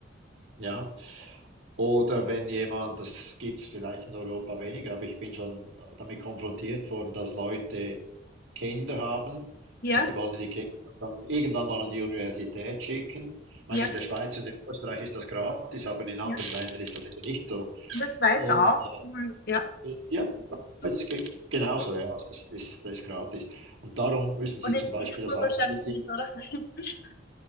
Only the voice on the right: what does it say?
Ja, oder wenn jemand, das gibt es vielleicht in Europa weniger, aber ich bin schon damit konfrontiert worden, dass Leute Kinder haben
und die wollen die Kinder dann irgendwann mal an die Universität schicken. Ich meine,
in der Schweiz und in Österreich ist das gratis, aber in anderen
Ländern ist das eben nicht so.
Und
äh,
Ja, es
geht genauso, ja, es ist, ist, das ist gratis. Und darum müssen Sie
zum
Beispiel das Anlagebedingungen.